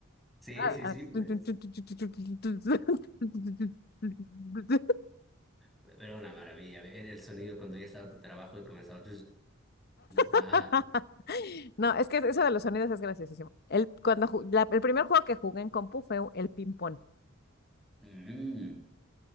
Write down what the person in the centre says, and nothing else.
Sí,
sí,
sí, pues.
Pero una maravilla, ver el sonido cuando ya estaba tu trabajo y comenzaba. Ah.
Mm,